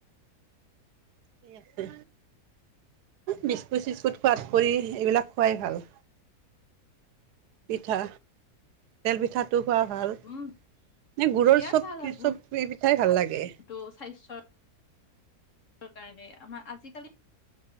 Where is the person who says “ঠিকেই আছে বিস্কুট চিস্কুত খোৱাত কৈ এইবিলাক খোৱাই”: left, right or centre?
Right